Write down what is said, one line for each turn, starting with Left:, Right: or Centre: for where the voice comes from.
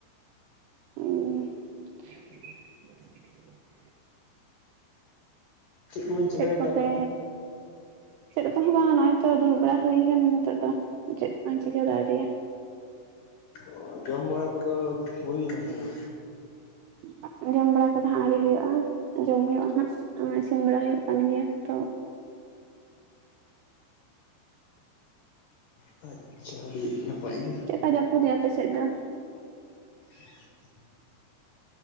Right: ᱩᱸ
Left: ᱠᱚᱵᱮᱱ ᱪᱮᱠᱟᱭᱮᱫᱟ
Right: ᱪᱮᱫ ᱠᱚᱯᱮ᱾
Left: ᱟᱵᱮᱱ ᱫᱚ?
Right: ᱪᱮᱫ ᱠᱚᱦᱚᱸ ᱵᱟᱝᱟ ᱱᱚᱜᱼᱚᱭ ᱛᱚ ᱫᱩᱲᱩᱵ ᱵᱟᱲᱟ ᱦᱩᱭ ᱠᱟᱱᱟ ᱱᱤᱛᱳᱜ ᱫᱚ ᱪᱮᱫ ᱠᱚ ᱪᱤᱠᱟᱹ ᱫᱚ ᱟᱣᱨᱤᱭᱟ᱾
Left: ᱚ ᱡᱚᱢ ᱵᱟᱲᱟ ᱠᱚᱫᱚ ᱦᱩᱭᱱᱟ ᱥᱮ ᱵᱟ
Right: <inaudible> ᱡᱚᱢ ᱵᱟᱲᱟ ᱠᱚᱫᱚ ᱦᱟᱸᱜ ᱟᱣᱨᱤ ᱦᱩᱭᱩᱜᱼᱟ ᱡᱚᱢ ᱦᱩᱭᱩᱜᱼᱟ ᱦᱟᱸᱜ ᱤᱥᱤᱱ ᱵᱟᱲᱟ ᱦᱩᱭᱩᱜ ᱠᱟᱱ ᱜᱮᱭᱟ ᱛᱚ
Left: ᱟᱪᱪᱷᱟ᱾ ᱟᱹᱰᱤ ᱱᱟᱯᱟᱭ ᱜᱮ
Right: ᱪᱮᱫ ᱠᱟ ᱡᱟᱹᱯᱩᱫ ᱮᱫᱟ ᱟᱯᱮ ᱥᱮᱫ ᱫᱚ?
Left: <inaudible>